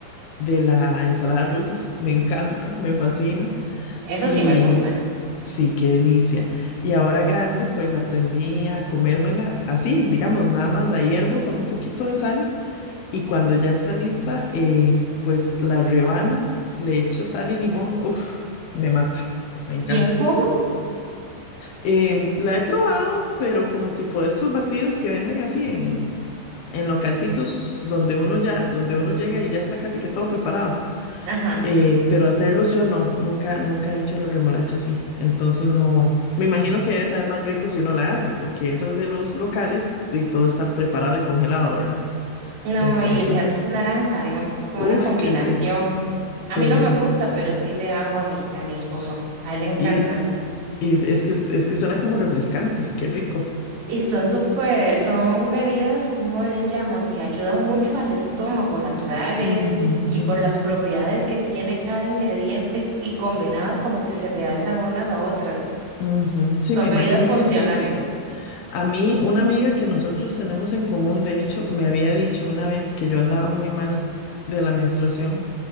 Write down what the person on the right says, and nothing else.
Eso
sí me gusta.
¿Y en jugo?
Ajá.
No,
y le echas naranja, digamos, es como
una combinación.
A
mí
no me gusta, pero sí le hago a mi, a mi esposo. A él le encanta.
Y son súper, son bebidas, ¿cómo le llaman? Que ayudan mucho al estómago, naturales,
y
por las propiedades que tiene cada ingrediente y combinadas como que se realzan unas a otras.
Son
bebidas funcionales.